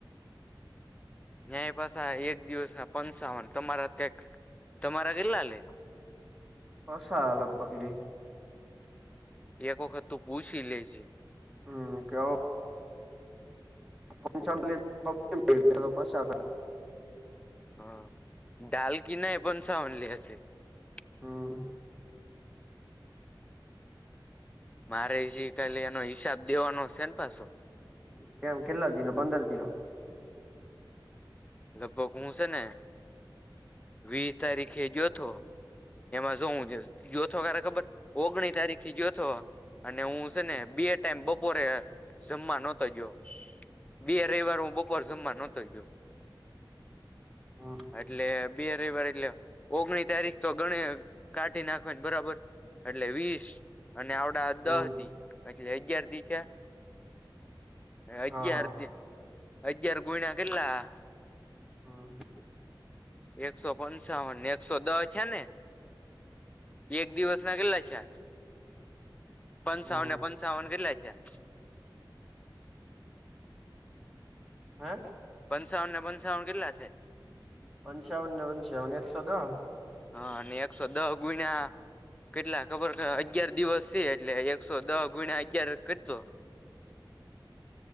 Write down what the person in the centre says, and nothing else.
કસઆ <unintelligible> લગભગ લેઇ.
હમ્મ કા <unintelligible>
હમ્મ. <unintelligible>
કેમ કેટલા દિનો પંદર દીનો?
હમ
હમ
હા હા
હા.
હમ
હે!
પંચાવન પંચાવન એકસો દહ.